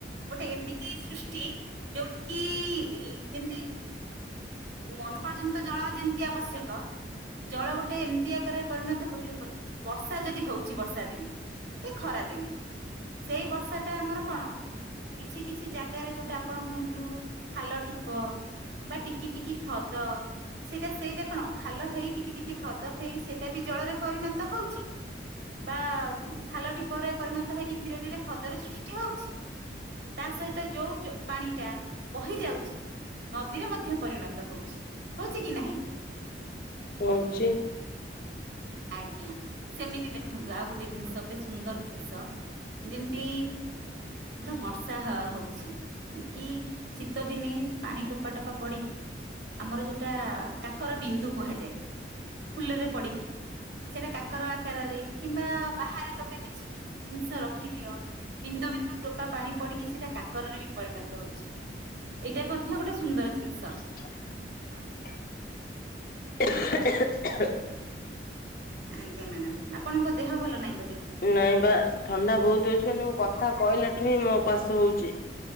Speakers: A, on the right; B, on the left.
A: ଗୋଟେ ଏମିତି ସୃଷ୍ଟି ଯୋଉଠି କିି ଇ ଯେମତି ମନୁ ପର୍ଯ୍ୟନ୍ତ ଜଳର ଯେମିତି ଆବଶ୍ୟକ ଜଳ ଗୋଟେ ଏମିତି ଆକାରରେ ପରିଣତ ହଉଛି ଦେଖନ୍ତୁ ବର୍ଷା ଯଦି ହଉଛି ବର୍ଷା ଦିନେ କି ଖରା ଦିନେ ସେଇ ବର୍ଷା ଟା ଆମର କଣ କିଛି କିଛି ଜାଗାରେ ଯୋଉଟା ଆପଣ କୁହନ୍ତୁ ଖାଲ ଠିପ ବା ଟିକି ଟିକି ହ୍ରଦ ସେଇଟା ସେଇଟା କଣ ଖାଲ ହେଇ ଟିକେ ଟିକେ ହ୍ରଦ ହେଇ ସେଇଟା ବି ଜଳରେ ପରିଣତ ହଉଛି। ବା ଖାଲ ଟିପରେ ପରିଣତ ହେଇକି ଧୀରେ ଧୀରେ ହ୍ରଦରେ ସୃଷ୍ଟି ହଉଛି। ତା ସହିତ ଯୋଉ ପାଣି ଟା ବହି ଯାଉଛି ନଦୀରେ ମଧ୍ୟ ପରିଣତ ହଉଛି ହଉଛି କି ନାହିଁ।
B: ହଉଛି।
A: ଆଜ୍ଞା ସେମିତି ଦେଖନ୍ତୁ ଆଉ ଗୋଟେ ଜିନିଷ ଗୋଟେ ସୁନ୍ଦର ଜିନିଷ ଯେମିତି ଥର ବର୍ଷା ହଉଛି କି ଶୀତ ଦିନେ ପାଣି ଟୋପା ଟୋପା ପଡିକି ଆମର ଯୋଉଟା କାକର ବିନ୍ଦୁ କୁହାଯାଏ। ଫୁଲରେ ପଡିକି। ସେଟା କାକର ଆକାରରେ କିମ୍ବା ବାହାରେ ତମେ କିଛି ଜିନିଷ ରଖିଦିଅ ବିନ୍ଦୁ ବିନ୍ଦୁ ଟୋପା ପାଣି ପଡିକି ସେଇଟା କାକରରେ ବି ପରିଣତ ହଉଛି। ଏଇଟା ମଧ୍ୟ ଗୋଟେ ସୁନ୍ଦର ଜିନିଷ।
B: <unintelligible> <inaudible>
A: ଆଜ୍ଞା ମ୍ୟାଡ଼ାାମ ଆପଣଙ୍କ ଦେହ ଭଲ ନାହିଁ ବୋଧେ?
B: ନାଇଁ ବା ଥଣ୍ଡା ବହୁତ ହଉଛି ମାନେ ମୁଁ କଥା କହିଲାଠୁ ହିଁ ମୋ କଶ ହଉଛି।